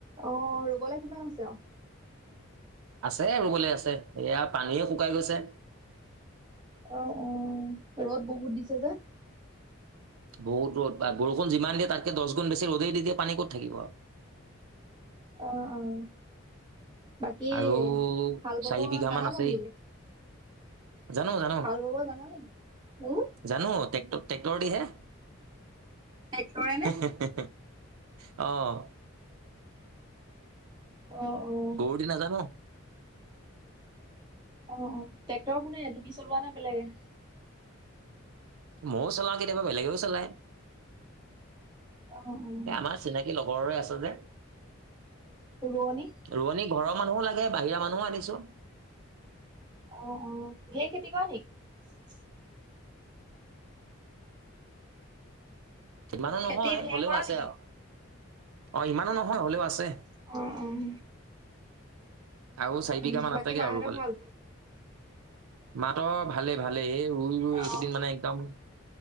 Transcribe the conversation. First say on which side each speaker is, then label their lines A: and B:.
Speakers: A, on the right (about 20°); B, on the right (about 85°).
A: অঁ - ৰুবলে কিমান আছে আও?
B: আছে ৰুবলে আছে এয়া পানীয়ে শুকাই গৈছে।
A: অঁ, অঁ ৰ'দ বহুত দিছে যে।
B: বহুত ৰ'দ বা- বৰষুণ যিমান দিয়ে তাত্কে দশ গুণ বেছি ৰ'দে দি দিয়ে পানী ক'ত থাকিব আও।
A: অঁ, অঁ। বাকী
B: আৰু
A: হালবাব
B: চাৰি বিঘা
A: জানা
B: মান আছেই
A: জানো তুমি?
B: জানো জানো।
A: হালবাব জানা জানো? হুঁহ্
B: জানো টেক্ট ট্ৰেক্টৰদিহে। হেঁহ্,
A: ট্ৰেক্টৰে নে?
B: হেঁহ্ হেঁহ্ হেঁহ্ অঁ।
A: অঁ, অঁ।
B: গৰুৰ দি নাজানো।
A: অ, অ, ট্ৰেক্টৰ কোনে তুমি চলোৱা নে বেলেগে?
B: ময়ো চলাওঁ কেতিয়াবা বেলেগেও চলায়।
A: অ', অ',
B: এই আমাৰ চিনাকী লগৰৰে আছে যে।
A: ৰুৱনি
B: ৰুৱনি ঘৰ মানুহো লাগে বাহিৰা মানুহো আনিছো।
A: অ, অ, ঘেৰ খেতি কৰা নেকি?
B: ইমানো
A: খেতি
B: নহয়,
A: ঢেৰ
B: হ'লেও
A: কৰা
B: আছে
A: নেকি?
B: আৰু, অ, ইমানো নহয় হ'লেও আছে।
A: অ', অ'
B: আৰু চাৰি
A: উম,
B: বিঘামান
A: বাকী
B: আছেগে
A: মাহঁতৰ
B: আৰু ৰুবলে।
A: ভাল?
B: মাহঁতৰ ভালে-ভালে এই ৰুই-ৰুই এইকেইদিন
A: অ',
B: মানে একদম